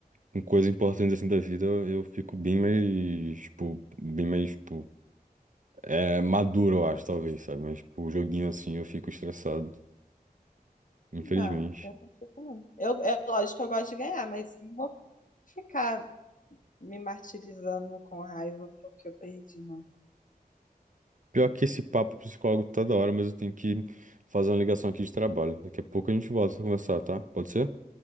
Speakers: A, on the right; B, on the left.
A: com coisas importantes assim da vida, eu eu fico bem mais, tipo, bem mais, tipo, é, maduro, eu acho, talvez, sabe? Mas, tipo, joguinho assim, eu fico estressado, infelizmente.
B: Não dá, eu não fico, não. Eu, é lógico que eu gosto de ganhar, mas não vou ficar me martirizando com raiva porque eu perdi, não.
A: Pior que esse papo psicólogo tá da hora, mas eu tenho que fazer uma ligação aqui de trabalho. Daqui a pouco a gente volta a conversar, tá? Pode ser?